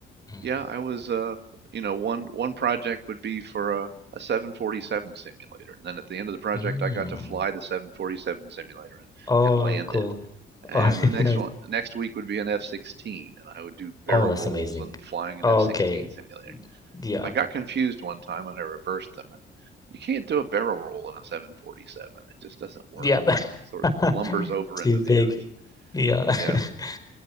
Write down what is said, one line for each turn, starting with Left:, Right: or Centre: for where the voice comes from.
Left: Mm.
Right: Yeah, I was uh you know one one project would be for a, a 747 simulator. And then at the end of the project
Left: Mm.
Right: I got to fly the 747 simulator and,
Left: Oh,
Right: and land
Left: cool.
Right: it. And
Left: All right,
Right: the next
Left: <laughs> nice.
Right: one next week would be an F-16 and I would do barrel
Left: Oh, that's
Right: rolls
Left: amazing.
Right: and flying an
Left: Okay.
Right: F-16 simulator.
Left: Yeah.
Right: I got confused one time and I reversed them and you can't do a barrel roll in a 747. It just doesn't work.
Left: Yeah.
Right: It just sort
Left: <laughs>
Right: of lumbers over
Left: Too
Right: into the
Left: big.
Right: earth.
Left: Yeah.
Right: Yeah,
Left: <laughs>